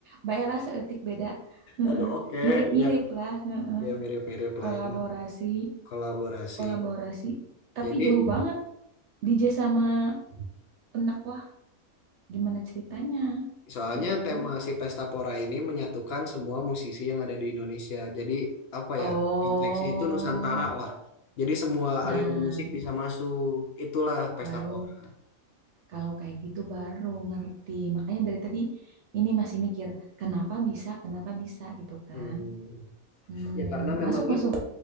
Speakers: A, on the right (about 60°); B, on the left (about 60°).
A: baiklah seetik beda eh,
B: Aduh,
A: eh,
B: oke,
A: mirip-mirip
B: Iya,
A: lah eh, eh,
B: ya mirip-mirip
A: kolaborasi
B: lah ya. Kolaborasi.
A: kolaborasi tapi
B: Jadi
A: jauh banget DJ sama pendakwah gimana ceritanya
B: soalnya
A: gitu
B: tema
A: kan
B: si Pesta Pora ini menyatukan semua musisi yang ada di Indonesia. Jadi apa
A: Oh,
B: ya konteksnya itu Nusantara lah. Jadi semua
A: nah
B: aliran musik bisa masuk. Itulah Pesta
A: baru
B: Pora.
A: Kalau kayak gitu baru ngerti. Makanya dari tadi ini masih mikir, kenapa bisa, kenapa bisa gitu kan.
B: Hmm.
A: Hmm,
B: Ya karena memang
A: masuk, masuk.
B: itu.